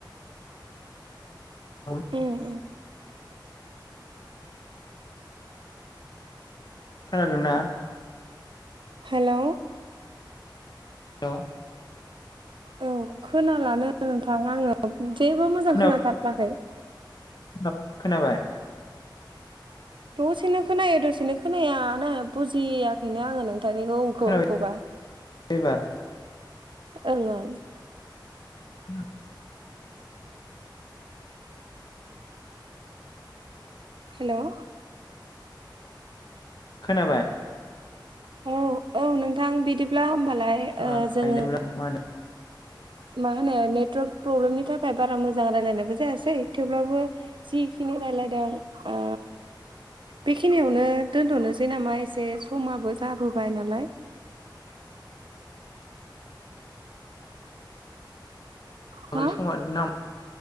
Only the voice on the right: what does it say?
उम
उम
हेल'
औ खोनालानो नोंथां आंङो जेबो मोजां
खोनाथाराखै
दसेनो खोनायो दसेनो खोनाया ना‌ बुजियाखैनो आङो नों थांनिखौ खौ
गबा
ओं ओं
हेल'
औ औ नोंथां बि बिदिब्ला होमबालाय
ओ जोङो
मा होनो नेटवार्क प्रब्लेमनि थाखाय बारा मोजां रायलायनायबो जायासै थेवब्लाबो जि खिनि रायलायदों ओ बेखिनियावनो दोनथ'नोसै नामा एसे समाबो जाबोबाय नालाय। हा